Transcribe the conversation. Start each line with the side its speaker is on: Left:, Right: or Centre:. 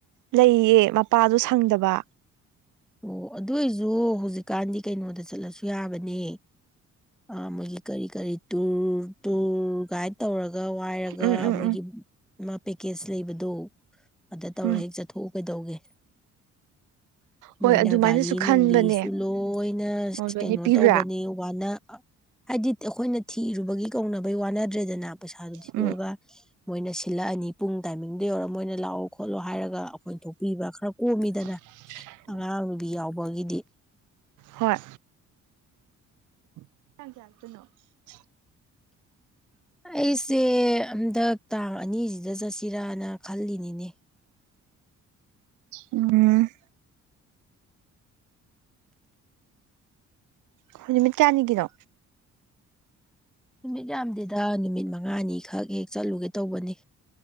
Right: ꯂꯩꯌꯦ ꯃꯄꯥꯗꯣ ꯁꯪꯗꯕ
Centre: ꯑꯣ ꯑꯗꯨꯏꯖꯨ ꯍꯧꯖꯤꯛꯀꯥꯟꯗꯤ ꯀꯩꯅꯣꯗ ꯆꯠꯂꯁꯨ ꯌꯥꯕꯅꯦ ꯑ ꯃꯣꯏꯒꯤ ꯀꯔꯤ ꯀꯔꯤ ꯇꯨꯔ ꯇꯨꯔ ꯀꯥꯏ ꯇꯧꯔ ꯋꯥꯏꯔꯒ
Right: ꯎꯝ ꯎꯝ ꯎꯝ
Centre: ꯃꯣꯏꯒꯤ ꯃꯥ ꯄꯦꯀꯦꯁ ꯂꯩꯕꯗꯣ ꯑꯗ ꯇꯧꯔ
Right: ꯎꯝ
Centre: ꯍꯦꯛ ꯆꯠꯊꯣꯛꯎ ꯀꯩꯗꯧꯒꯦ
Right: ꯍꯣꯏ
Centre: ꯃꯣꯏꯅ
Right: ꯑꯗꯨꯃꯥꯏꯅꯁꯨ
Centre: ꯒꯥꯔꯤ
Right: ꯈꯟꯕꯅꯦ
Centre: ꯅꯨꯡꯂꯤꯁꯨ ꯂꯣꯏꯅ
Right: ꯑꯣ ꯂꯣꯏꯅ
Centre: ꯀꯩꯅꯣ
Right: ꯄꯤꯕ꯭ꯔꯥ
Centre: ꯇꯧꯕꯅꯤ ꯋꯥꯅ ꯍꯥꯏꯗꯤ ꯑꯩꯈꯣꯏꯅ ꯊꯤꯔꯨꯕꯒꯤ ꯀꯧꯅꯕꯩ ꯋꯥꯅꯗ꯭ꯔꯦꯗꯅ ꯄꯩꯁꯥꯗꯨ ꯊꯤꯗꯣꯛꯑꯒ
Right: ꯎꯝ
Centre: ꯃꯣꯏꯅ ꯁꯤꯜꯂꯛꯑꯅꯤ ꯄꯨꯡ ꯇꯥꯏꯃꯤꯡꯗ ꯌꯧꯔꯒ ꯃꯣꯏꯅ ꯂꯥꯛꯑꯣ ꯈꯣꯠꯂꯣ ꯍꯥꯏꯔꯒ ꯑꯩꯈꯣꯏꯅ ꯊꯣꯛꯄꯤꯕ ꯈꯔ ꯀꯣꯝꯃꯤꯗꯅ
Right: <inaudible>
Centre: ꯑꯉꯥꯡ ꯅꯨꯕꯤ ꯌꯥꯎꯕꯒꯤꯗꯤ
Right: ꯍꯣꯏ <unintelligible>
Centre: ꯑꯩꯁꯦ ꯍꯟꯗꯛ ꯇꯥꯡ ꯑꯅꯤꯁꯤꯗ ꯆꯠꯁꯤꯔꯅ ꯈꯜꯂꯤꯅꯤꯅꯦ
Right: ꯎꯝ ꯍꯣꯏ ꯅꯨꯃꯤꯠ ꯀꯌꯥꯅꯤꯒꯤꯅꯣ
Centre: ꯅꯨꯃꯤꯠ ꯌꯥꯝꯗꯦꯗ ꯅꯨꯃꯤꯠ ꯃꯉꯥꯅꯤꯈꯛ ꯍꯦꯛ ꯆꯠꯂꯨꯒꯦ ꯇꯧꯕꯅꯤ